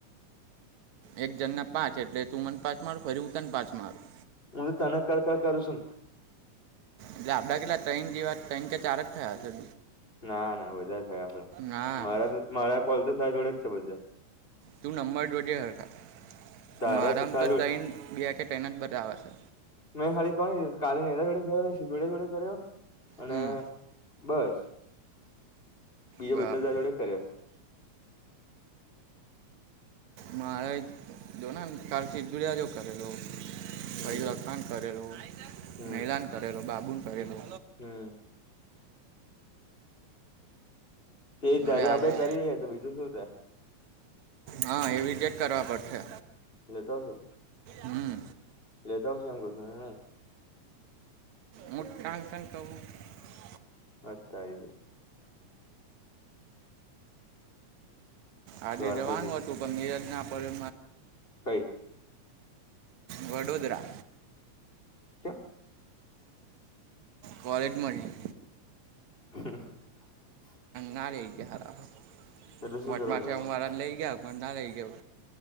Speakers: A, on the right; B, on the left.
A: એક જણ ને પાંચ એટલે તું મને પાંચ માર ફરી હું તને પાંચ મારું.
B: હુ તને કર કર કરું છુ.
A: એટલે આપડા કેટલા ત્રણ જેવા ત્રણ કે ચાર જ થયા હશે.
B: ના બધા થયા આપડા
A: ના
B: મારા તો મારા કોલ તો ત જોડેજ છે બધા.
A: તું નંબર જોજે <unintelligible>
B: તારા
A: મારામ
B: તારા
A: તો
B: જોડે
A: ત્રણ કે ત્રણ જ બતાવે છે
B: સાડી <unintelligible> કો કાલી રા જોડે કર્યો શિધડિયા જોડે કર્યો અને
A: હમ
B: બસ. બી
A: બરાબર
B: બધા ત જોડે કર્યા છે.
A: મારે જો ને કારચ <unintelligible> દુડિયા જો કરેલો.
B: હમ
A: ભાઈ
B: હમ
A: લખાાન કરેલો
B: હમ
A: મહિલાન કરેલો બાબુને કરેલો.
B: હમ <unintelligible> તે ધારે
A: હવે આજે.
B: આપડે કરી રએ તો બીજું શું ત
A: હા એવીઝેટ કરવા પડશે.
B: લેતા આવશે
A: હમ
B: લેતા આવશે એમ કરતુ હુ નહી.
A: મુટ ટાન્શન કવું <unintelligible>
B: હા તારી જ.
A: આજે
B: દ્વારકાધીશ
A: જવાનું હતું પણ મીરજ ના પડે.
B: કઈ.
A: વડોદરા.
B: કે.
A: કોલેજ મળી.
B: હ
A: ના લઈ વટમાં
B: એટલે શું કરવા જવાનું
A: મારાને લઈ ગયા પણ અમને ના લઈ ગયો